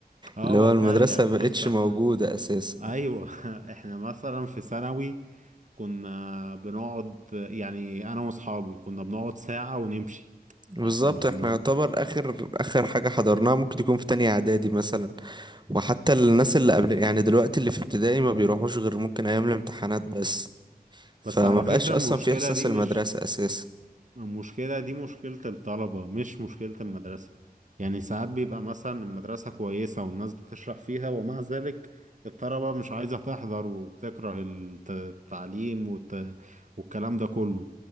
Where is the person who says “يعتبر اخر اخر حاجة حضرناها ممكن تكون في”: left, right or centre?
Right